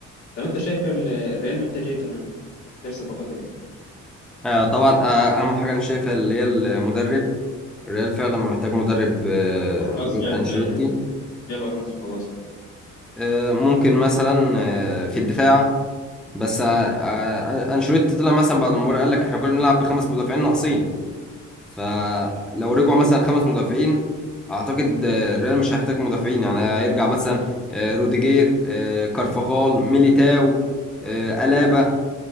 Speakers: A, on the left (about 70°); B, in the centre.
A: طب انت شايف ال- الريال محتاج ايه كمان محتاج صفقات ايه
B: آه، طبعا آه، اهم حاجة انا شايفها اللي هي المدرب الريال فعلا محتاج مدرب آه،
A: خلاص
B: غير
A: جاب
B: أنشيلوتي
A: جاب الونسو خلاص
B: آه، ممكن مثلا آه، في الدفاع بس آه، آه، أنشيلوتي طلع مثلا بعد المباراة قال لك احنا كنا بنلعب بخمس مدافعين ناقصين فلو رجعوا مثلا خمس مدافعين أعتقد آه، الريال مش هيحتاج مدافعين يعني هيرجع مثلا آه، روديجير آه، كارفاخال ميليتاو آه، ألابا